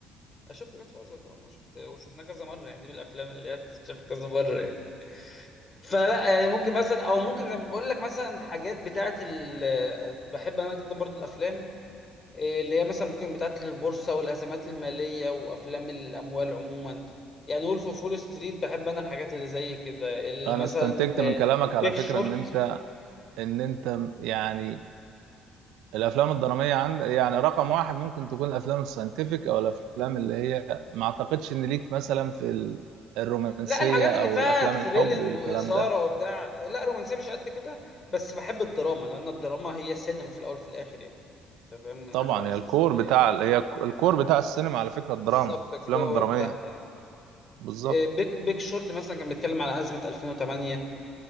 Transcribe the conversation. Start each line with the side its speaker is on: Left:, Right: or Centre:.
Left: أنا شفت جاد فازر طبعا انا شفت وشفناه كذا مره يعني دي من الافلام اللي هي بتتشاف كذا مره يعني فلا يعني ممكن مثلا او ممكن زي ما بقول لك مثلا حاجات بتاعه ال... بحب انا جدا برضو الافلام إيه، اللي هي مثلا ممكن بتاعه البورصه والازمات الماليه وافلام الاموال عموما يعني وولف اوف وول ستريت بحب انا الحاجات اللي زي كده اللي
Right: انا
Left: مثلا
Right: استنتجت من كلامك على
Left: بيك
Right: فكرة
Left: شورت
Right: ان انت ان انت يعني الافلام الدرامية عند يعني رقم واحد ممكن تكون الافلام الساينتفك او الافلام اللي هي ما اعتقدش ان ليك مثلا في ال- الرومانسية
Left: لا الحاجات
Right: او
Left: اللي فيها
Right: الافلام
Left: ثريلينج
Right: الحب والكلام
Left: واثاره
Right: ده
Left: وبتاع لا رومانسيه مش قد كده بس بحب الدراما لان الدراما هي السينما في الاول وفي الاخر يعني انت فاهم من
Right: طبعا
Left: احد العناصر
Right: هي الكور
Left: السينمائيه
Right: بتاع هي الكور بتاع السينما على فكرة الدراما
Left: بالظبط الجوهر
Right: الافلام الدرامية
Left: بتاعها يعني
Right: بالظبط
Left: إيه، بيك بيك شورت مثلا كان بيتكلم على أزمة 2008